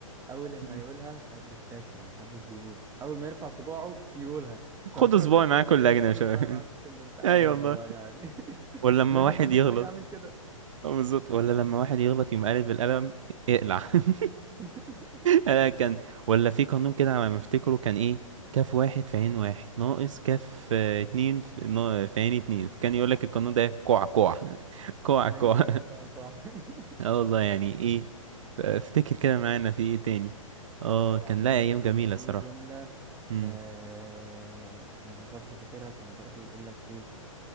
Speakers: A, on the right; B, on the right.
A: اول ما
B: <laughs>
A: يقولها محدش فاكر ومحدش بيقول اول ما يرفع صباعه يقولها <laughs>
B: خد
A: فبيقول
B: صباعي
A: لك
B: معاه
A: ساعتها
B: كل
A: ايه
B: لجنة
A: خدوا
B: يا شباب
A: صباعي معاكم في الامتحان
B: <laughs> اي والله
A: والله يعني <laughs>
B: ولما
A: لازم
B: واحد
A: كل
B: يغلط
A: شويه اعمل كده
B: اه بالظبط ولا لما واحد يغلط يقوم قالب بالقلم اقلع <laughs>
A: <laughs>
B: انا كان ولا في قانون كده على ما افتكره كان ايه كاف واحد في عين واحد ناقص كاف آه، اتنين في نا- في عين اتنين فكان يقول لك القانون ده كوع كوع <laughs> كوع
A: ايوه
B: كوع <laughs>
A: كوع كوع <laughs>
B: اه والله يعني ايه ف- افتكر كده معانا في ايه تاني اه
A: يعني
B: كان لا
A: برضو
B: ايام
A: كان
B: جميلة
A: في
B: الصراحة
A: جمله
B: امم
A: آه يعني برضو فاكرها كان برضو يقول لك ايه